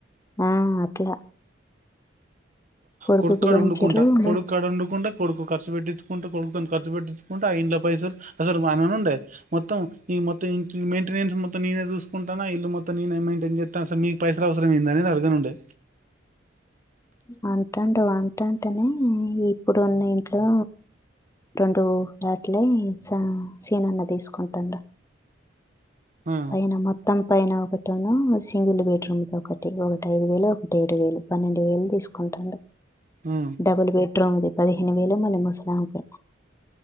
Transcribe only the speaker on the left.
ఆ అట్లా కొడుకుకు
పంచిర్రు
వంట వంట అంటేనే ఇప్పుడు ఉన్న ఇంట్లో రెండు వాట్లే స సీనాన్న తీసుకుంటాండు
పైన మొత్ త్తం పైన ఒకటోనో సింగిల్ బెడ్ రూమ్ ది ఒకటి ఒకటి ఐదు వేలు ఒకటి ఏడు వేలు పన్నెండు వేలు తీసు కుంటాడు
డబుల్ బెడ్రూమ్ది పదిహేను వేలు మళ్ళీ ముసలామకే